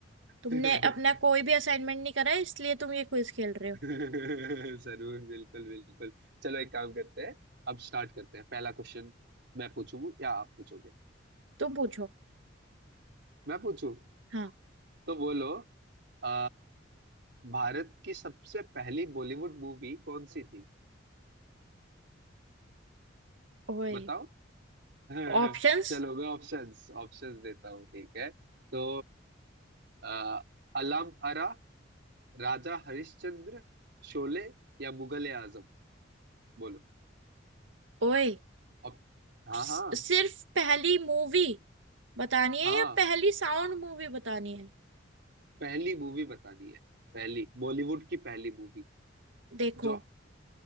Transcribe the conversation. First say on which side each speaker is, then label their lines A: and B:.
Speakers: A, on the right; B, on the right.
A: तुमने
B: <laughs>
A: अपना कोई भी असाइनमेंट नहीं करा है इसलिए तुम ये क्विज खेल रहे हो
B: जरूर बिल्कुल बिल्कुल चलो एक काम करते हैं अब स्टार्ट करते हैं पहला क्वेश्चन मैं पूछूं या आप पूछोगे
A: तुम पूछो
B: मैं पूछूं
A: हाँ
B: तो बोलो आ, भारत की सबसे पहली बॉलीवुड मूवी कौन सी थी
A: ओए
B: बताओ <laughs> चलो
A: ऑप्शंस
B: मैं ऑप्शंस ऑप्शंस देता हूँ ठीक है तो आ, अलाम आरा राजा हरिश्चंद्र शोले या मुगले आजम बोलो
A: ओए
B: ऑप- हाँ
A: स-
B: हाँ
A: सिर्फ पहली मूवी बतानी है
B: हाँ
A: या पहली साउंड मूवी बतानी है
B: पहली मूवी बतानी है पहली बॉलीवुड की पहली मूवी
A: देखो
B: जो